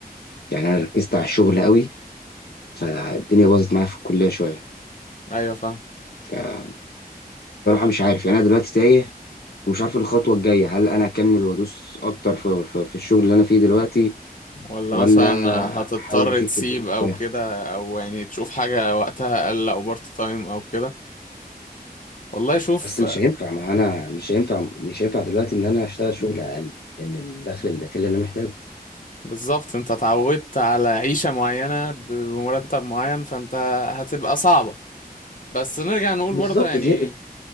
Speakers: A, on the left; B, on the left.
A: يعني انا ركزت على الشغل قوي فالدنيا باظت معايا في الكليه شويه
B: ايوه فاهم
A: فبصراحه مش عارف يعني انا دلوقتي تايه ومش عارف الخطوه الجايه هل انا اكمل وادوس اكتر في, في, في الشغل اللي انا فيه دلوقتي
B: ولا
A: ولا
B: مثلا هتضطر
A: احاول اخف
B: تسيب
A: الدنيا
B: او
A: شويه
B: كده او يعني تشوف حاجة وقتها اقل او بارت تايم او كده والله شوف
A: بس مش هينفع ما انا مش هينفع مش هينفع دلوقتي ان انا اشتغل شغل اقل لان الدخل الداخلي اللي انا محتاجه
B: بالظبط انت اتعودت على عيشة معينة بمرتب معين فانت هتبقى صعبة بس نرجع نقول
A: بالظبط
B: برضه يعني
A: غير